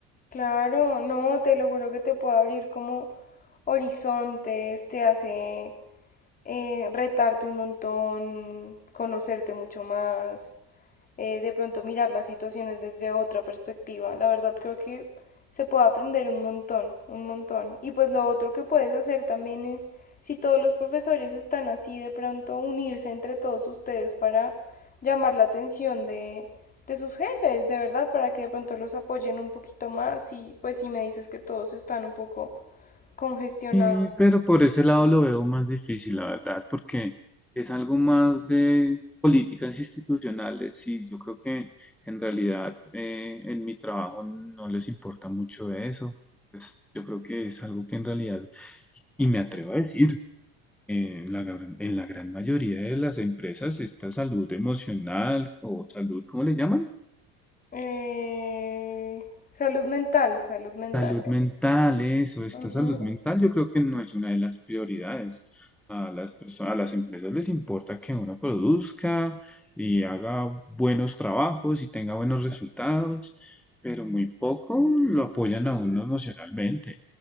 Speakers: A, on the left; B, in the centre.
A: Claro, no, te lo juro que te puede abrir como horizontes, te hace eh, retarte un montón, conocerte mucho más. eh, de pronto mirar las situaciones desde otra perspectiva. La verdad creo que se puede aprender un montón, un montón. Y pues lo otro que puedes hacer también es, si todos los profesores están así, de pronto unirse entre todos ustedes para llamar la atención de, de sus jefes, de verdad, para que de pronto los apoyen un poquito más y pues si me dices que todos están un poco congestionados.
B: Y, pero por ese lado lo veo más difícil, la verdad, porque es algo más de políticas institucionales y yo creo que en realidad eh, en mi trabajo no les importa mucho eso. Pues yo creo que es algo que en realidad, y me atrevo a decir, En la, gran- en la gran mayoría de las empresas, esta salud emocional o salud, ¿cómo le llaman?
A: Eh, salud mental, salud mental
B: Salud
A: es.
B: mental, eso, esta
A: Ujú.
B: salud mental yo creo que no es una de las prioridades. A las perso- a las empresas les importa que uno produzca y haga buenos trabajos y tenga buenos resultados, pero muy poco lo apoyan a uno emocionalmente.